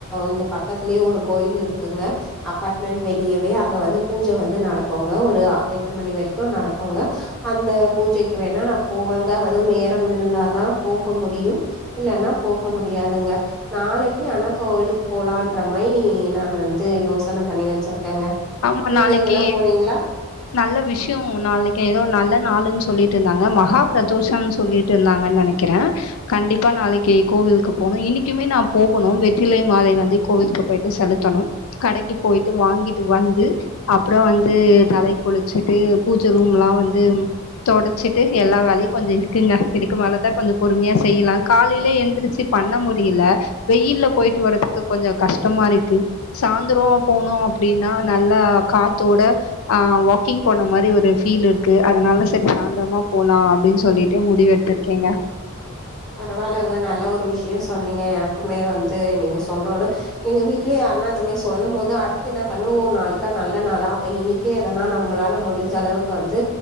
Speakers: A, in the centre; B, on the left.
A: இங்க பக் பக்கத்துலயே ஒரு கோயில் இருக்குங்க அப்பார்ட்மெண்ட் வெளியவே அங்க வந்து பூஜ வந்து நடக்கோங்க ஒரு எட்டு மணி வரைக்கு நடக்குங்க அந்த பூஜைக்கு வேணா நா போவேங்க அதுவு நேரம் இருந்தாதா போக முடியு இல்லன்னா போக முடியாதுங்க நாளைக்கு ஆனா கோவிலுக்கு போலான்ற மாதிரி நான் வந்து யோசன பண்ணி வச்சிருக்கங்க
B: ஆமா,
A: நீங்க
B: நாளைக்கு
A: எங்கனா போறீங்களா
B: நல்ல விஷய நாளைக்கு ஏதோ நல்ல நாள்ன்னு சொல்லிட்டு இருந்தாங்க மகா பிரதோஷம்னு சொல்லிட்டு இருந்தாங்கன்னு நினைக் குற கண்டிப்பா நாளைக்கு கோவிலுக்கு போணு இன்னிக்குமே நா போகுணு வெற்றிலை மாலை வந்து கோவிலுக்கு போயி செலுத்தணும் கடைக்கு போயிட்டு வாங்கிட்டு வந்து அப்பற வந்து தலைக் குளிச்சுட்டு பூஜ ரூம் எல்லா வந்து தொடச்சிட்டு எல்லா வேலையு கொஞ்ச இருக்குங்க இதுக்கு மேலதா கொஞ்ச பொறுமையா செய்யலா காலையிலயே எழுந்திரச்சு பண்ண முடியல வெயில்ல போயிட்டு வர்றதுக்கு கொஞ்ச கஷ்டமா இருக்கு சாய்ந்திர போனோ அப்டின்னா நல்ல காத்தோட ஆஹ் வாக்கிங் போன மாதிரி ஒரு ஃபீல் இருக்கு அதனால சரி சாயந்திரமா போலா அப்டின்னு சொல்லிட்டு முடிவு எடுத்து த்து இருக்கங்க
A: பரவாயில்லங்க நல்ல ஒரு விஷய சொன்னீங்க எனக்குமே வந்து நீங்க சொன்னோன எங்க வீடலயு அண்ணா இந்த மாதிரி சொல்லு போது அடுத்து என்ன பண்ணுவோ ஓ நாளைக்கா நல்ல நாாளா அப்ப இனி க்கே எதன்னா நம்மளால முடிஞ்ச அளவுக்கு வந்து